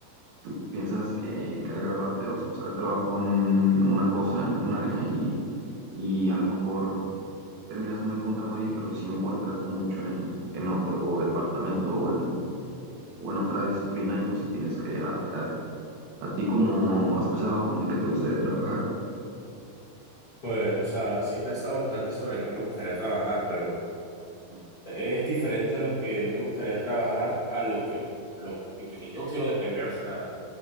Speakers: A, on the right; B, on the left.
A: tú piensas que, que al graduarte vas a buscar trabajo en una cosa, en un área, y, y a lo mejor terminas no encontrando ahí, pero sí encuentras mucho en, en otro departamento o en, o en otra disciplina y pues te tienes que adaptar. ¿A ti cómo has pensado como en qué te gustaría trabajar?
B: Pues, o sea, sí he pensado bastante sobre en qué me gustaría trabajar, pero es diferente lo que me gustaría trabajar a lo que, lo que yo quiero depender, o sea.